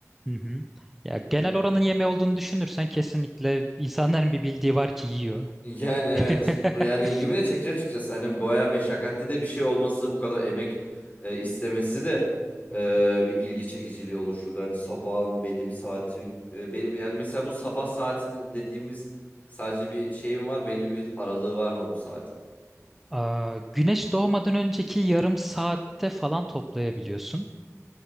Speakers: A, in the centre; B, on the left.
A: Hı hı. Ya
B: Evet.
A: genel oranın yemeği olduğunu düşünürsen kesinlikle insanların bir bildiği var ki yiyor.
B: Yani
A: <laughs>
B: evet. Yani
A: Hı
B: ilgimi de çekici açıkçası. Hani bayağı meşakkatli de bir şey olması, bu kadar emek e, istemesi de
A: hı.
B: e, bir ilgi çekiciliği oluşturdu. Hani sabahın belli bir saati e, be- yani mesela bu sabah saatini dediğimiz sadece bir şey mi var? Belli bir aralığı var mı bu saatin?
A: Aa, güneş doğmadan önceki yarım saatte falan toplayabiliyorsun.